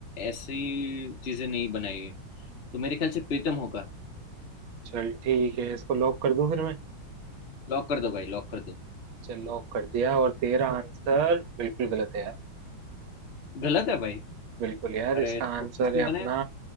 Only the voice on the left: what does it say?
ऐसी चीजें नहीं बनाई है तो मेरे ख्याल से प्रीतम होगा
लॉक कर दो भाई लॉक कर दो
गलत है भाई
अरे
तो
किसने
बनाया